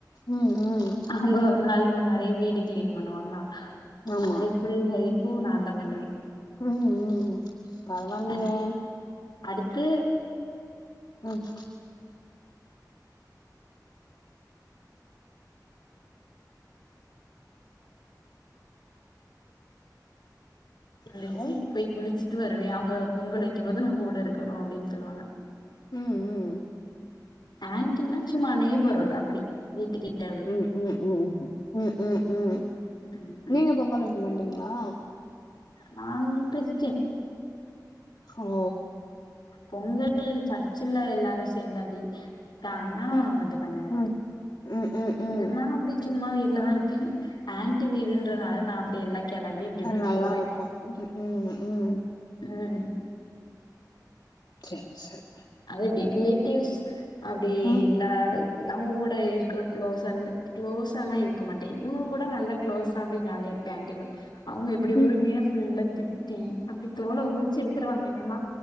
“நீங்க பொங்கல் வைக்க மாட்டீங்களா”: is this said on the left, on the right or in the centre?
Left